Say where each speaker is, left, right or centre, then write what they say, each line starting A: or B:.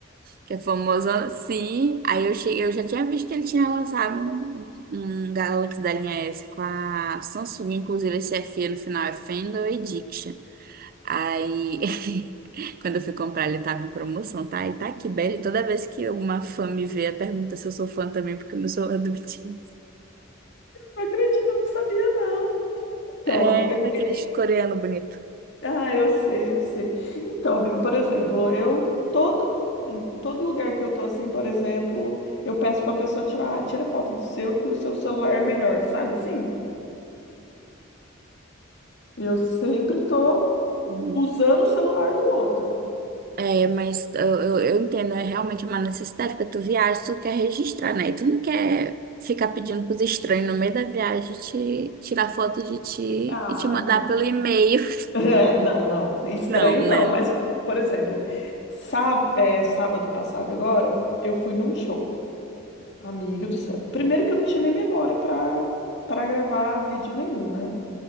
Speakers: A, on the right; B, on the left.
A: que é famoso. Sim, aí eu cheguei, eu já tinha visto que ele tinha lançado um, um Galaxy da linha S com a Samsung, inclusive esse F no final é Fandom Addiction. Aí, <laughs> quando eu fui comprar, ele tava em promoção, tá? E tá aqui, belo. Toda vez que alguma fã me vê, ela pergunta se eu sou fã também, porque eu sou fã do BTS.
B: Não acredito, eu não sabia, não. Então,
A: É,
B: amiga.
A: daqueles
B: e- e-
A: coreanos bonitos.
B: Ah, eu sei, eu sei. Então, amiga, por exemplo, eu todo. Em todo lugar que eu tô assim, por exemplo, eu peço pra pessoa tirar, ah, tira foto do seu, que o seu celular é melhor, sabe assim? Eu sempre tô
A: Uhum.
B: usando o celular do outro.
A: É, mas eu, eu, eu entendo, é realmente uma necessidade, porque tu viaja, tu quer registrar, né? E tu não quer ficar pedindo pros estranhos no meio da viagem te tirar foto de ti
B: Ah,
A: e te mandar
B: não.
A: pelo
B: <laughs>
A: e-mail.
B: É,
A: <laughs>
B: não, não. Estranho
A: Não, né?
B: não, mas, por exemplo, sá- é, sábado passado agora, eu fui num show. Amiga do céu. Primeiro que eu não tinha nem memória pra, pra gravar vídeo nenhum, né?